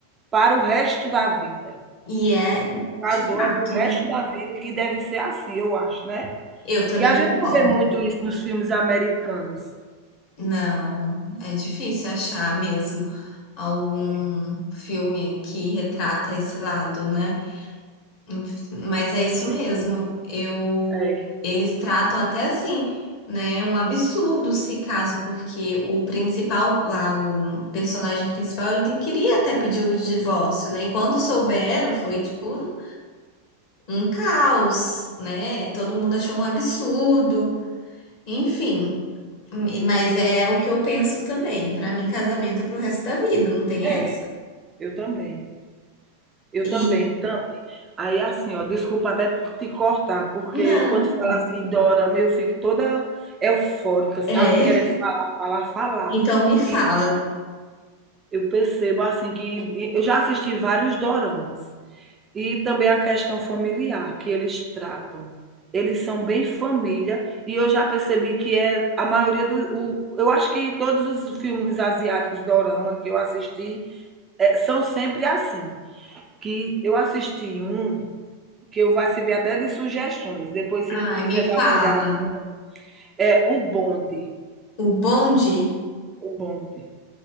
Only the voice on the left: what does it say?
E é
de fato,
né?
Eu também
concordo.
Não, é difícil achar mesmo algum
filme que retrata esse lado, né? Inf- Mas
é isso mesmo.
Eu,
eles tratam até assim, né? Um absurdo se caso, porque o principal, lá, o personagem principal, ele queria até pedir o divórcio, né? E quando souberam, foi
tipo um, um caos, né? Todo mundo achou um absurdo, enfim. Mas é o que eu penso também. Para mim, casamento é pro resto da vida, não tem
essa.
E
não,
é.
Então me fala.
Ai,
me fala.
O bonde?